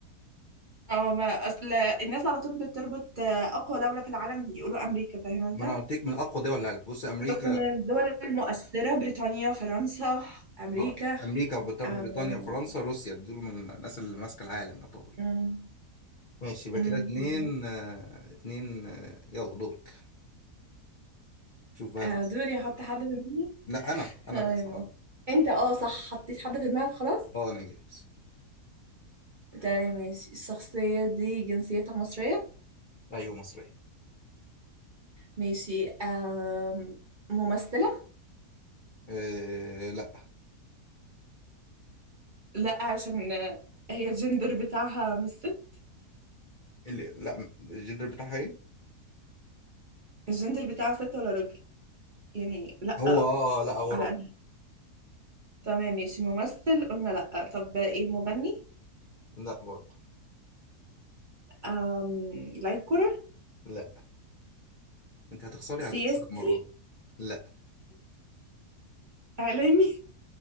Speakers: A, on the right (about 45°); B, on the left (about 80°).
A: اه ما اصل الناس على طول بتربط آه، اقوى دولة في العالم يقولوا امريكا فاهم انت
B: ما أنا قلت لك من أقوى دول العالم بص أمريكا
A: بس من الدول المؤثرة بريطانيا فرنسا أمريكا
B: اه أمريكا بتر-
A: آه.
B: بريطانيا فرنسا روسيا دول من الناس اللي ماسكة العالم يعتبر
A: أمم،
B: ماشي يبقى
A: أمم،
B: كده اتنين
A: بالظبط
B: آه، اتنين آه، يلا دورك شوف بقى
A: آه
B: هتسأل.
A: دوري أحط حد في دماغي
B: لا انا
A: تمام
B: انا بقى صح
A: أوكي. أنت أه صح حطيت حد في دماغك خلاص
B: اه انا جاهز
A: تمام ماشي الشخصية دي جنسيتها مصرية
B: ايوه مصرية
A: ماشي آه ممثلة
B: أه لا
A: لا عشان هي الجندر بتاعها مش ست
B: اللي لا الجندر بتاعها ايه
A: الجندر بتاعها ست ولا راجل يعني لا
B: هو اه آه، لا هو
A: على
B: راجل
A: أنا تمام ماشي ممثل قلنا لا طب إيه مغني
B: لا برضه
A: آم... لا يكرة
B: لا انت هتخسري
A: سياسي
B: هتخسري المرة دي لا
A: اعلامي